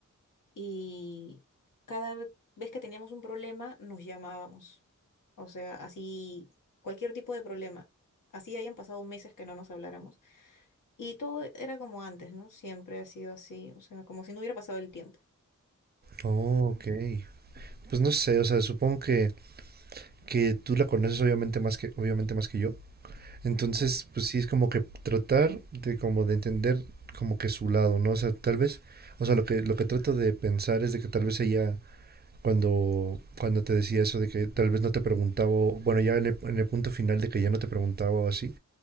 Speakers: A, on the left (about 80°); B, on the right (about 30°).
A: y cada ve- vez que teníamos un problema nos llamábamos. O sea, así cualquier tipo de problema. Así hayan pasado meses que no nos habláramos. Y todo era como antes, ¿no? Siempre ha sido así, o sea, como si no hubiera pasado el tiempo.
B: Oh, ok. Pues no sé, o sea, supongo que, que tú la conoces obviamente más que, obviamente más que yo. Entonces,
A: Ujú,
B: pues sí, es como que tratar de como de entender como que su lado, ¿no? O sea, tal vez, o sea, lo que, lo que trato de pensar es de que tal vez ella, cuando, cuando te decía eso de que tal vez no te preguntaba, o- bueno, ya en el, en el punto final de que ya no te preguntaba o así,